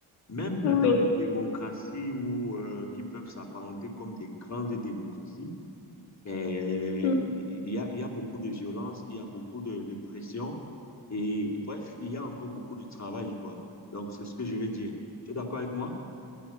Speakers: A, on the left (about 35°); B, on the left (about 85°).
A: Même
B: oui.
A: dans les
B: Oui.
A: démocraties où, euh, qui peuvent s'apparenter comme des grandes démocraties, eh,
B: Oui.
A: il y a, il y a beaucoup de violence, il y a beaucoup de, de pression et bref, il y a encore beaucoup de travail, quoi. Donc, c'est ce que je veux dire. Tu es d'accord avec moi?